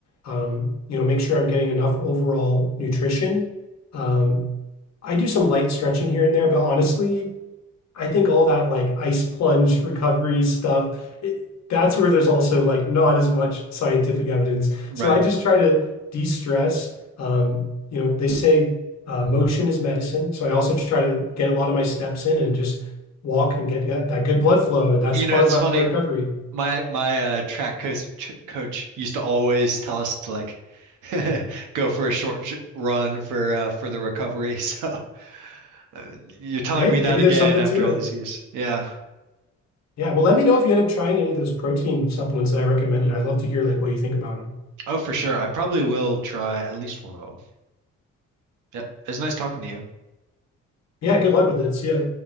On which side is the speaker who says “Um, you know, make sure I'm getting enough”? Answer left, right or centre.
Left